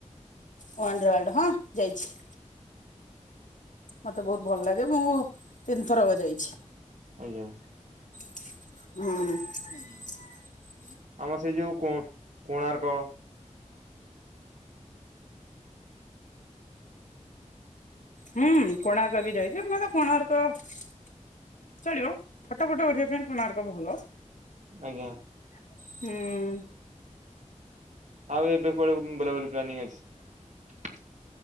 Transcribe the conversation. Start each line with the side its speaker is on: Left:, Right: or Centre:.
Left: ୱାଣ୍ଡର୍ ୱାର୍ଲଡ୍ ହଁ ଯାଇଛି। ମତେ ବହୁତ ଭଲ ଲାଗେ। ମୁଁ ତିନିଥର ବା ଯାଇଛି।
Right: ଆଜ୍ଞା।
Left: ହୁଁ।
Right: ଆମର ସେଇ ଯୋଉ କୋ-କୋଣାର୍କ
Left: ହୁଁ। କୋଣାର୍କ ବି ଯାଇଛି। ମତେ କୋଣାର୍କ ଚଳିବ ଫଟୋ ଫଟୋ ଉଠେଇିବା ପାଇଁ କୋଣାର୍କ ଭଲ।
Right: ଆଜ୍ଞା।
Left: ହୁଁ।
Right: ଆଉ ଏବେ କୁଆଡେ ବୁଲାବୁଲି ପ୍ଲାାନିଂ ଅଛି